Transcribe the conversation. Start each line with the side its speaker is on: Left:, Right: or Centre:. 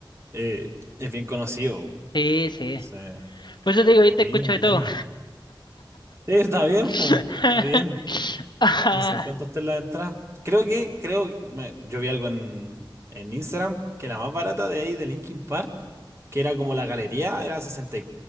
Right: eh, es bien conocido.
Left: sí, sí.
Right: O sea,
Left: Por eso te digo, yo
Right: buena,
Left: te escucho de
Right: buena.
Left: todo.
Right: Sí, está bien,
Left: <laughs>
Right: po, está bien.
Left: Ah,
Right: No sé en cuánto está la entrada. Creo que, creo que me- yo vi algo en, en Instagram que la más barata de ahí de Linkin Park, que era como la galería, era sesenta y